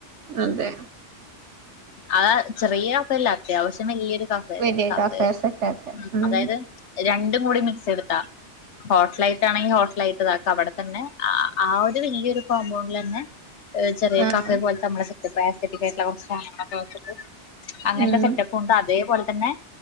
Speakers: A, on the right; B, on the left.
A: അതെ
B: ആ ചെറിയ കഫയല്ല അത്യാവശ്യം വലിയരു കഫയരുന്നു
A: വലിയ
B: കഫ
A: കഫേ സെറ്റാക്ക
B: ഉ
A: ഉം
B: അതായത് രണ്ടും കൂടി മിക്സ് എടുത്താ ഹോട്ടല ആയിട്ടാണെങ്കിൽ ഹോട്ടലായിട്ടതാക്കാ അവിടെ തന്നെ ആ ഒരു വല്യൊരു കോമ്പൗണ്ടിൽ തന്നെ ചെറിയ
A: ആഹ്
B: കഫെ പോലെത്തെ നമ്മടെ സെറ്റപ്പ് ആസ്തെറ്റികയായിട്ടുള്ള കുറച്ച് സധങ്ങളൊക്കെ വച്ചിട്ട് അങ്ങനത്തെ
A: ഉം
B: സെറ്റപ്പും ഉണ്ട് അതേപോലെ തന്നെ